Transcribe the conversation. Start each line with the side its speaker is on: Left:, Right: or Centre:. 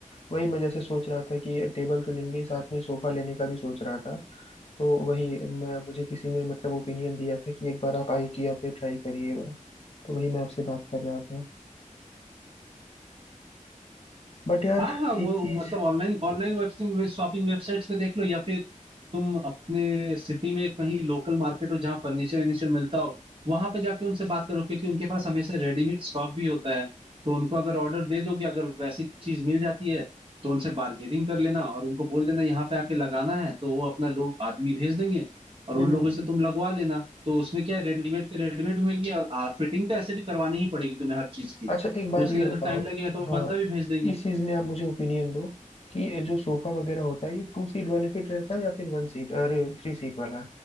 Left: वही मैं जैसे सोच रहा था कि टेबल तो लेंगे ही, साथ में सोफा लेने का भी सोच रहा था तो वही मैं मुझे किसी ने मतलब ओपिनियन दिया था कि एक बार आप आइकिया पे ट्राई करिएगा तो वही मैं आपसे बात कर रहा था बट यार
Right: हाँ हाँ वो
Left: एक चीज
Right: मतलब online online web shopping websites पे देख लो या फिर तुम अपने सिटी में कहीं लोकल मार्केट हो जहाँ फर्नीचर वर्नीचर मिलता हो वहां पे जाके उनसे बात करो क्योंकि उनके पास हमेशा रेडीमेड स्टॉक भी होता है तो उनको अगर ऑर्डर दे दोगे अगर वैसी चीज मिल जाती है तो उनसे बार्गेनिंग कर लेना और उनको बोल देना यहाँ पे आके लगाना है तो वो अपना लोग आदमी भेज देंगे और
Left: हम्म
Right: उन लोगों
Left: हम्म, हम्म।
Right: से तुम लगवा लेना तो उसमें क्या है रेडीमेड के रेडीमेड भी मिल गया और फिटिंग तो ऐसे भी करवानी ही पड़ेगी तुम्हें हर चीज की
Left: अच्छा एक बात
Right: तो उसके
Left: ये
Right: लिए
Left: बताओ
Right: तो टाइम लगेगा तो वो
Left: हाँ
Right: बंदा भी भेज देंगे
Left: इस चीज में आप मुझे ओपिनियन दो कि जो सोफा वगैरह होता है ये टू सीट बेनिफिट रहता है या फिर वन सीट अरे थ्री सीट वाला